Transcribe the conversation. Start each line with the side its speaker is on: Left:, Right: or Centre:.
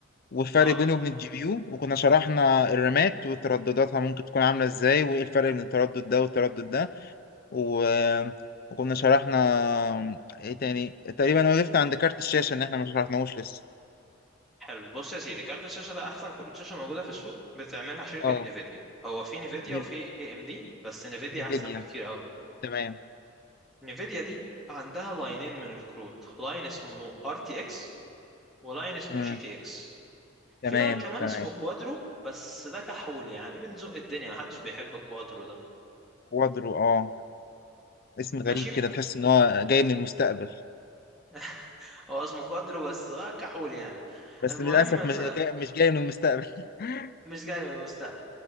Left: والفرق
Centre: اه
Left: بينه وبين الجي بي يو وكنا شرحنا الرامات وتردداتها ممكن تكون عاملة ازاي وايه الفرق بين التردد ده والتردد ده و... وكنا شرحنا ايه تاني تقريبا وقفت عند كارت الشاشة ان احنا ما شرحناهوش لسه
Centre: حلو بص يا سيدي كارت الشاشه ده احسن كروت شاشه موجوده في السوق بتعملها شركه
Left: اه
Centre: نيفيديا هو في نيفيديا
Left: نيف-
Centre: وفي اي ام دي بس نيفيديا
Left: نيفيديا
Centre: احسن بكتير قوي
Left: تمام
Centre: نيفيديا دي عندها لاينين من الكروت لاين اسمه ار تي اكس ولاين اسمه
Left: مم.
Centre: جي تي اكس في
Left: تمام
Centre: لاين كمان
Left: تمام
Centre: اسمه كوادرو بس ده كحول يعني بنزق الدنيا محدش بيحب الكوادرو ده
Left: كوادرو اه اسم غريب
Centre: ماشي
Left: كده تحس ان هو جاي من المستقبل
Centre: <laughs> هو اسمه كوادرو بس آه كحول يعني
Left: بس
Centre: المهم
Left: للاسف مش
Centre: ف
Left: مش جاي من المستقبل <laughs>
Centre: مش جاي من المستقبل